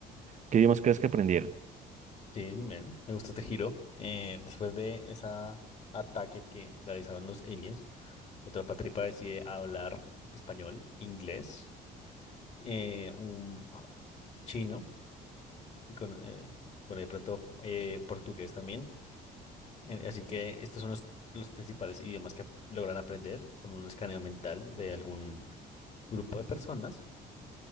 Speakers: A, on the right; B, on the left.
A: ¿Qué idiomas crees que aprendieron?
B: Sí, me, me gusta este giro. Eh, después de ese ataque que realizaron los aliens, la tropa tripa decide hablar español, inglés, eh, un chino y con, eh, bueno, de pronto eh, portugués también. Eh, Así que estos son los, los principales idiomas que ap- logran aprender con un escaneo mental de algún grupo de personas